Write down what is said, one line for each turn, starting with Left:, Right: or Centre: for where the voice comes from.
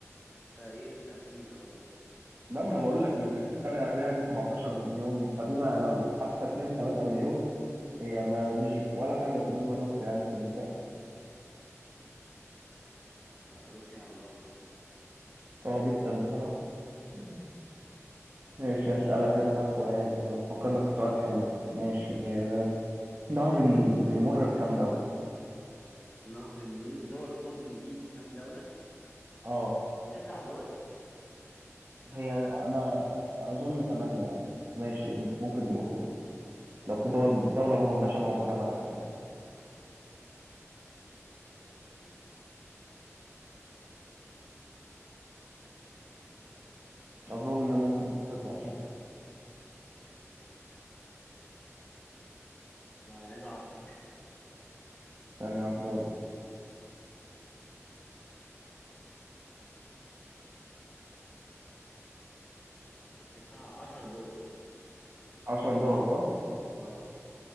Left: فايه مش عارفين اه
Right: لا ما أنا بقول لك اللي بتتخانق عليها دي 17 مليون فدي ما لو حتى 2 3 مليون هي ما مش ولا حاجة بالنسبة لروسيا يعني في المساحة
Left: آه، روسيا عملاقة يعني
Right: قوية جدا بصراحة مم. ماشي هسألك أنا بقى سؤال أفكر لك في سؤال حلو ماشي آه، نهر النيل بيمر بكام دولة؟
Left: نهر النيل دول حوض النيل كام دولة؟
Right: اه
Left: <laughs> تسع دول
Right: هي انا اظن 8 يعني ماشي ممكن تبقوا 9 لو في دول دولة مهمشة موجودة معاهم يعني
Left: استنى.
Right: اظن ممكن 9 صح
Left: لا انا عايز اعرف <laughs>
Right: ثانية واحدة ولا
Left: يعني تسع عشر دول
Right: 10 دول صح؟
Left: اه